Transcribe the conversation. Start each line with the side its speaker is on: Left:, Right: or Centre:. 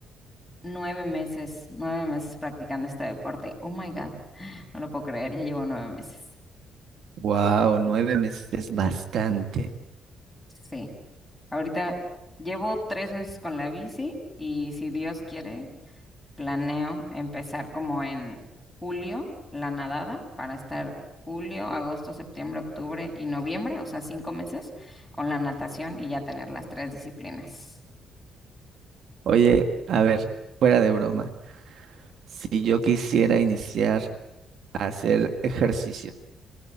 Centre: nueve meses, nueve meses practicando este deporte. Oh my God, no lo puedo creer, ya llevo nueve meses.
Right: Wow, nueve meses es bastante.
Centre: Sí, ahorita llevo tres meses con la bici y si Dios quiere, Planeo empezar como en julio, la nadada, para estar julio, agosto, septiembre, octubre y noviembre, o sea, cinco meses con la natación y ya tener las tres disciplinas.
Right: Oye, a ver, fuera de broma, si yo quisiera iniciar a hacer ejercicio,